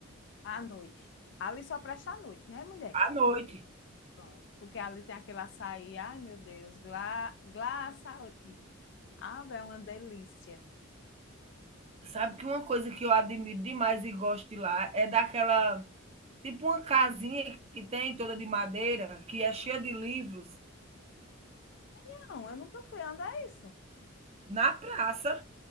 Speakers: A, on the left; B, on the right.
A: À noite. Ali só presta à noite, né, mulher?
B: à noite.
A: Pronto. Porque ali tem aquele açaí. Ai, meu Deus. Gla, gla açaí. Ah, velho, é uma delícia.
B: Sabe que uma coisa que eu admiro demais e gosto de lá é daquela, tipo uma casinha que tem toda de madeira, que é cheia de livros
A: Não, eu nunca fui. Onde é isso?
B: na praça.